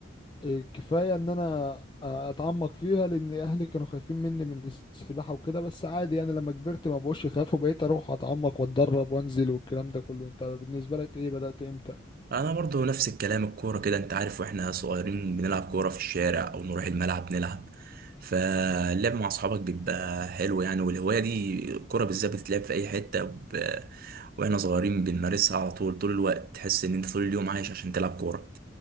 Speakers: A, on the left; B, on the right.
A: إيه، كفاية ان انا اتعمق فيها لان اهلي كانوا خايفين مني من السباحة وكده بس عادي يعني لما كبرت ما بقوش يخافوا بقيت اروح اتعمق واتدرب وانزل والكلام ده كله انت بالنسبة لك ايه بدأت امتى
B: انا برضو نفس الكلام الكوره كده انت عارف واحنا صغيرين بنلعب كوره في الشارع او نروح الملعب نلعب فاللعب مع اصحابك بيبقى حلو يعني والهوايه دي الكوره بالذات بتتلعب في اي حته ب... واحنا صغيرين بنمارسها على طول طول الوقت تحس ان انت طول اليوم عايش عشان تلعب كوره